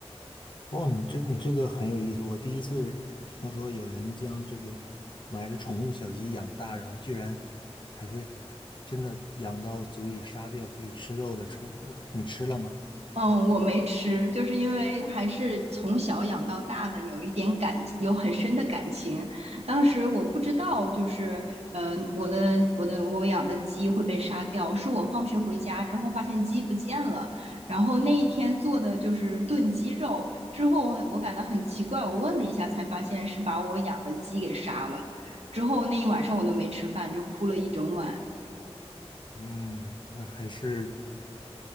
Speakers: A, on the left (about 45°); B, on the right (about 75°).
A: 哦，你这你这个很有意思，我第一次听说有人将这个买的宠物小鸡养大，然后居然还会真的养到足以杀掉可以吃肉的程度。你吃了吗？
B: 嗯，我没吃，就是因为还是从小养到大的，有一点感，有很深的感情。当时我不知道，就是，嗯、我的我的我养的鸡会被杀掉，是我放学回家之后发现鸡不见了，然后那一天做的就是炖鸡肉，之后我我感到很奇怪，我问了一下才发现是把我养的鸡给杀了。之后那一晚上我都没吃饭，就哭了一整晚。
A: 嗯，那还是